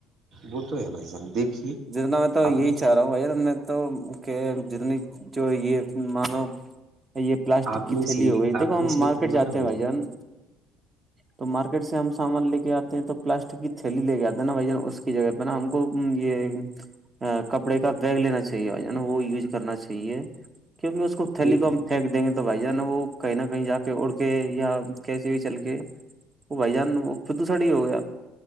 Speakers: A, on the right; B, on the right.
A: وہ تو ہے بھائی جان دیکھیے
B: جتنا میں تو یہی
A: آپ نے
B: چاہ رہا ہوں بھار میں تو کہ جتنی جو یہ مانو یہ پلاسٹک
A: آپ
B: کی
A: نے
B: تھیلی
A: صحیح
B: ہو گئی دیکھو
A: آپ نے
B: ہم
A: صحیح
B: مارکیٹ
A: فرمایا
B: جاتے ہیں بھائی جان تو مارکیٹ سے ہم سامان لے کے آتے ہیں تو پلاسٹک کی تھیلی لے کے آتے نا بھائی جان اس کی جگہ پہ م ہم کو یہ کپڑے کا بیگ لینا چاہیے نا وہ یوز کرنا چاہیے کیونکہ اس کو تھلی
A: دیکھیے
B: کو پھینک دیں گے تو بھائی جانا وہ کہیں نہ کہیں جا کے اڑ کے یا کیسے بھی چل کے وہ بھائی جان وہ پدو ساڑی ہو گیا